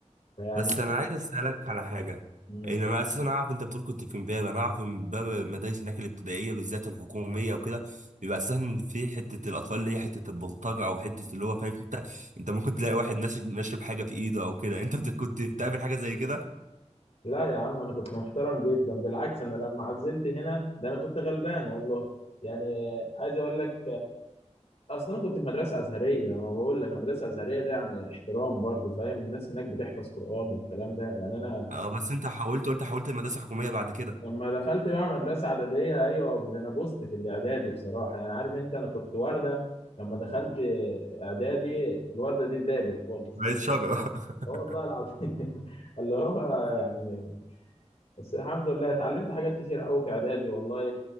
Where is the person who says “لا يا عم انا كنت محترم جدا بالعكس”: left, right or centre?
Left